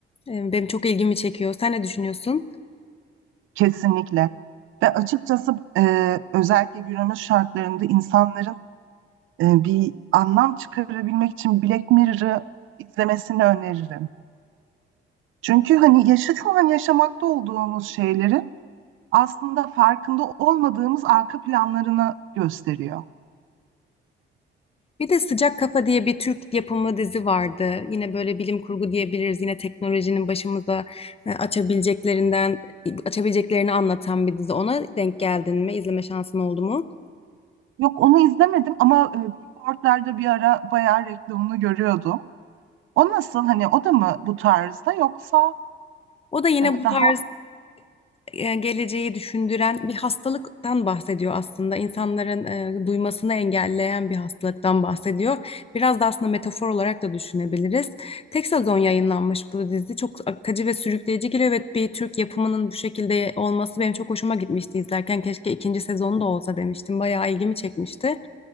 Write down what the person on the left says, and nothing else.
Ee, Benim çok ilgimi çekiyor. Sen ne düşünüyorsun?
Bir de Sıcak Kafa diye bir Türk yapımı dizi vardı. Yine böyle bilim kurgu diyebiliriz. Yine teknolojinin başımıza e, açabileceklerinden, açabileceklerini anlatan bir dizi. Ona denk geldin mi? İzleme şansın oldu mu?
O da yine
bu
tarz e, geleceği düşündüren bir hastalıktan bahsediyor aslında. İnsanların e, duymasını engelleyen bir hastalıktan bahsediyor. Biraz da aslında metafor olarak da düşünebiliriz. Tek sezon yayınlanmış bu dizi. Çok akıcı ve sürükleyici geliyor. Evet bir Türk yapımının bu şekilde olması benim çok hoşuma gitmişti izlerken. Keşke ikinci sezonu da olsa demiştim. Bayağı ilgimi çekmişti.